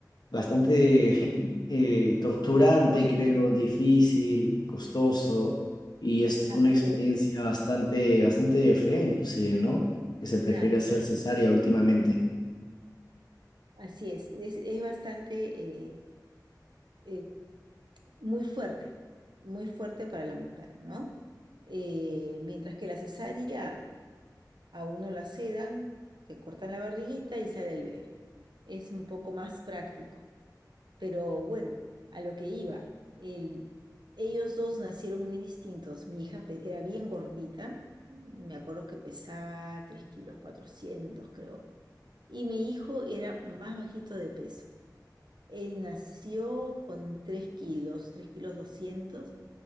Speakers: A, on the left; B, on the right.
A: bastante eh, torturante,
B: Doloroso.
A: creo, difícil, costoso, y es
B: Así
A: una experiencia
B: es,
A: bastante, bastante fea inclusive, ¿no? Que se prefiere
B: claro.
A: hacer cesárea últimamente.
B: Así es, es, es bastante, eh, eh, muy fuerte, muy fuerte para la mujer, ¿no? Eh, mientras que la cesárea a uno la sedan, te cortan la barriguita y sale el bebé. Es un poco más práctico, pero bueno, a lo que iba, el- ellos dos nacieron muy distintos. Mi hija pe- era bien gordita, me acuerdo que pesaba 3 kilos 400, creo, y mi hijo era más bajito de peso. Él nació con 3 kilos, 3 kilos 200